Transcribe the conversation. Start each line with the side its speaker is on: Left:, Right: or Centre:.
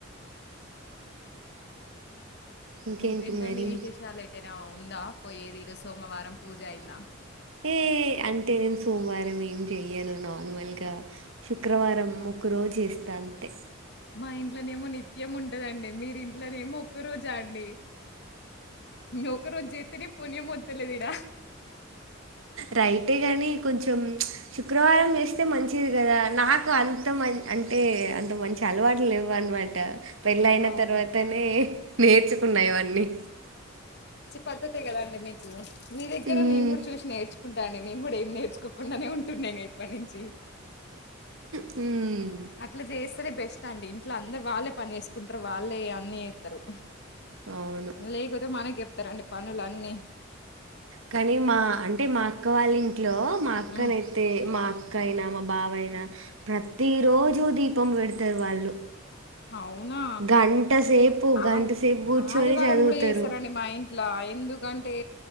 Right: ఇంకేంటి
Left: ఇంకేంటండి
Right: మరి
Left: విశేషాలు లేటెనావ్ ఉందా పోయి ఏది సోమవారం పూజ అయిందా
Right: ఏ అంటే నేను సోమవారం ఏం చెయను నార్మల్గా శుక్రవారం ఒకరోజు ఇస్తా అంతే
Left: మా ఇంట్లోనేమో నిత్యం ఉంటదండి మీరి ఇంట్లోనేమో ఒక్క రోజు చండి నొకరోజు జెత్తేనేమో పుణ్యం వ తె లేదిడా
Right: రైటే కానీ కొంచెం శుక్రవారం చేస్తే మంచిది కదా నాకు అంత మ అంటే అంత మంచి అలవాటు లేవ అనమాట పెళ్ళ అయిన
Left: అవునా
Right: తర్వాతనే నేర్చుకున్నాయి అన్నీ
Left: పద్ధతి కద అండి మీకు మీ దగ్గర
Right: మ్మ్.
Left: నేను కూడా చూసి నేర్చుకుంటా అండి. నేను కూడా ఏం నేర్చుకోకుండానే ఉంటున్నా ఇంగ ఇప్పటి నుంచి
Right: హుమ్
Left: అట్లా చేస్తే సరే బెస్ట్ అండి ఇంట్లో అందరు వాళ్ళే పని చేసుకుంటారు వాళ్ళే అన్ని ఏతరు
Right: అవును
Left: లేకోతే మనకి ఎప్ప ఇతరని పనులు అన్నీ
Right: కానీ మా అంటే మా అక్క వాళ్ళే ఇంట్లో మా అక్కనైతే
Left: హ్మ్
Right: మా అ అక్క అయినా మా బావయినా ప్రతి రోజు దీపం పెడతారు వాళ్ళు
Left: అవునా
Right: గంట సేపు గంట
Left: ఆది
Right: సేపు కూర్చొని
Left: ఆదివారం
Right: చదువుతారు
Left: కూడా చేస్తారండి మా ఇంట్లో ఎందుకంటే